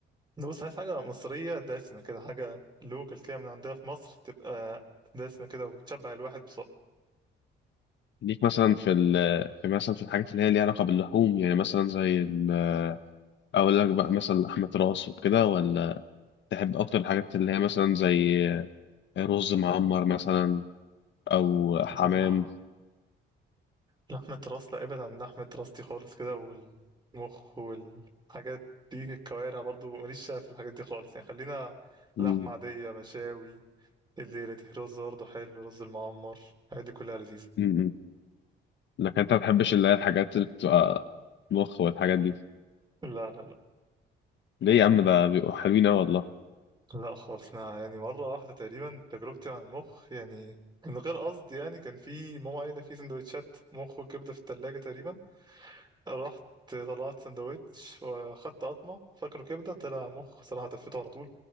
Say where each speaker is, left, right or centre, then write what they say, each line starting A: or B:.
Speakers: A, on the right; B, on the left.
A: بص عايز حاجه مصريه دسمه كده حاجه لوكال كده من عندنا في مصر تبقى دسمه كده وتشبع الواحد بسرعه
B: ليك مثلا في ال في مثلا في الحاجات اللي هي ليها علاقه باللحوم يعني مثلا زي ال- اقول لك بقى مثلا لحمه راس وكده ولا تحب اكتر الحاجات اللي هي مثلا زي آه، رز معمر مثلا او حمام
A: لا، لحمه راس لا ابعد عن لحمه راس دي خالص كده والمخ والحاجات دي الكوارع برضو ماليش شغف في الحاجات دي خالص يعني خلينا
B: مم.
A: لحمه عاديه مشاوي الليلة دي رز برضه حلو رز المعمر الحاجات دي كلها لذيذة
B: مم. لكن انت ما بتحبش اللي هي الحاجات اللي بتبقى مخ والحاجات دي
A: لا لا لا
B: ليه يا عم ده بيبقوا حلوين أوي والله
A: لا خالص أنا يعني مرة واحدة تقريبا تجربتي عن المخ يعني من غير قصد يعني كان في ماما قايلة في سندوتشات مخ وكبدة في التلاجة تقريبا رحت طلعت سندوتش واخدت قطمة فاكره كبدة طلع مخ صراحة تفيته على طول